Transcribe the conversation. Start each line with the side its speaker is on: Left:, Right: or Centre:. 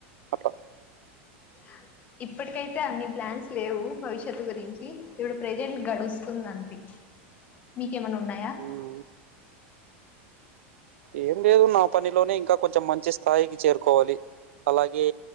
Right: అట్లా
Left: అ ఇప్పటికైతే అన్ని ప్లాన్స్ లేవు భవిష్యత్తు గురించి ఇప్పుడు ప్రెజెంట్ గడుస్తుంది అంతే మీకేమన్నా ఉన్నాయా
Right: మ్మ్. ఏం లేదు నా పనిలోనే ఇంకా కొంచెం మంచి స్థాయికి చేరుకోవాలి అలాగే